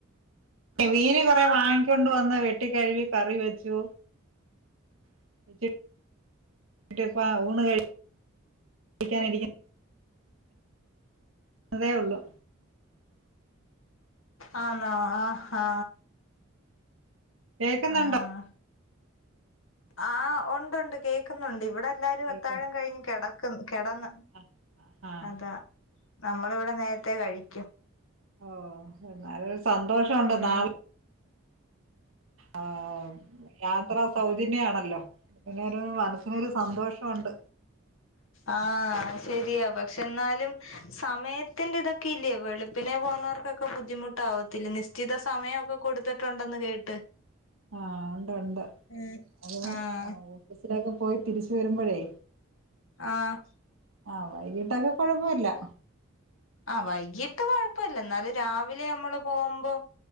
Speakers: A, on the right (about 80°); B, on the left (about 80°).
A: മീന് കുറെ വാങ്ങിക്കൊണ്ട് വന്ന് വെട്ടിക്കഴകി കറി വെച്ചു <unintelligible> അതേ ഉള്ളു
B: ആണോ ആ ഹാ
A: കേക്കുന്നുണ്ടോ
B: ആഹ ആഹ ഉണ്ട് ഉണ്ട് കേൾക്കുന്നുണ്ട് ഇവിടെ എല്ലാരും
A: കേക്ക്
B: അത്താഴം കഴിഞ്ഞ് കിടക്ക്ന്ന് കിടന്ന്
A: ആഹ് ആഹ്
B: അതാ നമ്മളിവിടെ നേരത്തെ കഴിക്കും
A: ഓ എന്നാല ഒരു സന്തോഷമുണ്ട്
B: ഉം
A: നാളെ ആ യാത്ര സൗജന്യണ ല്ലോ പിന്നെരു മനസ്സിനൊരു സന്തോഷോണ്ട്
B: ആഹ ശരിയാ പക്ഷെ എന്നാലും സമയത്ത് ത്തിന്റെ ഇതൊക്കെ ഇല്ലേ വെളുപ്പിനെ പോകുന്നവർക്കൊക്കെ ബുദ്ധിമുട്ടാാവത്തില്ല നിശ്ചിത സമയമൊക്കെ കൊടുത്തിട്ടുണ്ടെന്ന് കേട്ട്
A: ആഹ ഉണ്ട് ഉണ്ട്
B: ഉം
A: അത്
B: ആഹ്
A: ഓഫീസിലൊക്കെ പോയി തിരിച്ചു വരുമ്പോഴേ
B: ആഹ
A: ആഹ് വൈകീട്ടൊക്കെ കൊഴപ്പൊല്ല്യ
B: ആഹ വൈകീട്ട് കൊഴപ്പല്ല എന്നാല് രാവിലെ നമ്മള് പോകുമ്പോ